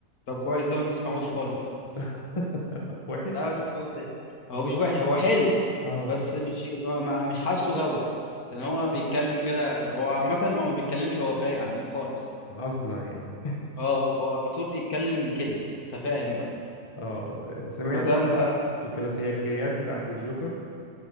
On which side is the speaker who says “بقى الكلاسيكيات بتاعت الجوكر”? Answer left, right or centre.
Left